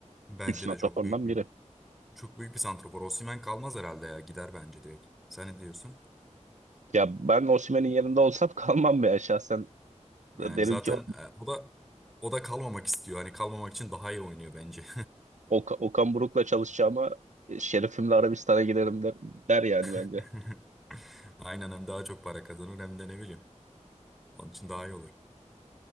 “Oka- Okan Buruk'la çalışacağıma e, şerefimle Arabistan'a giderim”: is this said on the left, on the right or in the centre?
Right